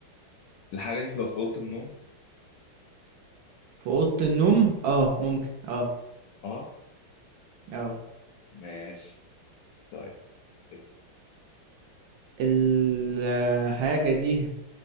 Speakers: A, on the left; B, on the right.
A: الحاجه دي بتبقى في اوضه النوم
B: في اوضة النوم اه ممكن اه
A: اه
B: اه
A: ماشي طيب اسال
B: الحاجة دي